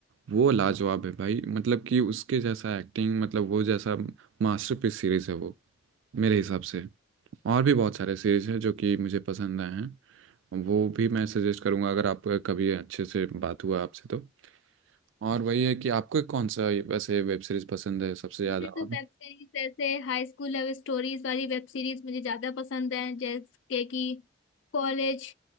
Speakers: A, on the right (about 75°); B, on the left (about 75°).
A: वो लाजवाब है भाई मतलब कि उसके जैसा एक्टिंग मतलब वो जैसा मास्टरपीस सीरीज है वो मेरे हिसाब से और भी बहुत सारे सीरीज हैं जो कि मुझे पसंद आए हैं वो भी मैं सजेस्ट करूंगा अगर आप कभी अच्छे से बात हुआ आपसे तो और वही है कि आपको कौन सा ये- वैसे वेब सीरीज पसंद है सबसे ज़्यादा
B: मुझे
A: और
B: तो वेब सीरीज जैसे हाई स्कूल लव स्टोरीज वाली वेब सीरीज मुझे ज्यादा पसंद है जैसे कि कॉलेज